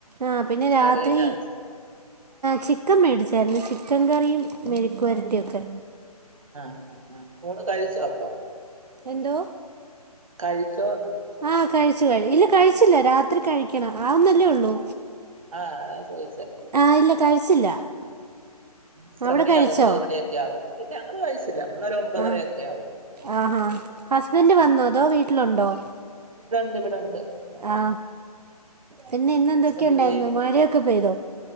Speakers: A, on the right (about 85°); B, on the right (about 55°).
A: ആഹ് പിന്നെ
B: കറിഎന്നാ
A: രാത്രി
B: വെച്ചെ
A: ചിക്കൻ മേടിച്ചായിരുന്നു ചിക്കൻ കറിയും മെഴക്കു വെരട്ടി ഒക്കെ
B: ആ ആ ആ ഊണ് കഴിച്ചൊ അപ്പം
A: എന്തോ
B: കഴിച്ചോന്ന്
A: ആ കഴിച്ചു കഴി ഇല്ല കഴിച്ചില്ല രാത്രി കഴിക്കണം ആവുന്നെ അല്ലേ ഉള്ളൂ
B: ആ അതാ ചോദിച്ചെ
A: ആഹ് ഇല്ല കഴിച്ചില്ല
B: എത്ര
A: അവിടെ
B: മണി
A: കഴിച്ചോ
B: ആവും ഒമ്പത് മണിയൊക്കെ ആവും ഇല്ല ഞങ്ങള് കഴിച്ചില്ല ഞങ്ങളൊരു ഒമ്പതരയൊക്കെ
A: ആ
B: ആവും
A: ആ ഹസ്ബൻഡ് വന്നോ അതോ വീട്ടിലുണ്ടോ
B: ഇവിടെ ഉണ്ട്
A: ആ പിന്നെ ഇന്നെന്തൊക്കെ
B: ഹസ്ബൻഡ്
A: ഉണ്ടായിരുന്നു
B: ലീവിന്
A: മഴയൊക്കെ പെയ്തോ